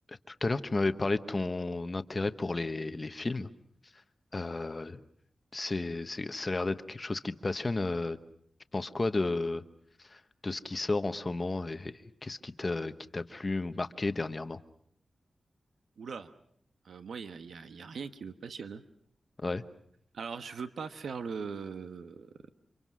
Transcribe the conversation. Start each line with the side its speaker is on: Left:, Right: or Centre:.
Left: Tout à l'heure, tu m'avais parlé de ton intérêt pour les, les films. Euh, c'est, c'est- ça a l'air d'être quelque chose qui te passionne. euh, tu penses quoi de, de ce qui sort en ce moment et qu'est-ce qui t'a, qui t'a plu ou marqué dernièrement?
Right: Oula, Euh, moi, il y a, y a- y a rien qui me passionne. hein.
Left: Ouais,
Right: Alors, je veux pas faire le,